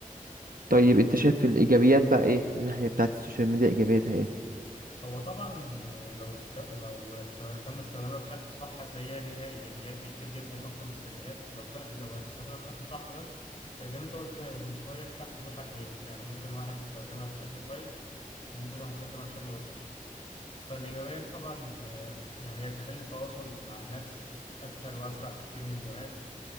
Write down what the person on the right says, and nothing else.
طيب انت شايف الايجابيات بقى ايه الناحيه بتاعت السوشيال ميديا ايجابياتها ايه